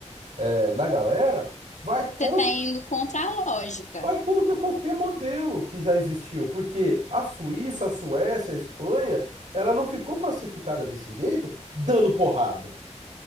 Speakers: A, on the right; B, on the left.
A: é, na galera, vai contra
B: Você tá indo contra a lógica.
A: Vai contra qualquer modelo que já existiu, porque a Suíça, a Suécia, a Espanha, ela não ficou pacificada desse jeito, dando porrada.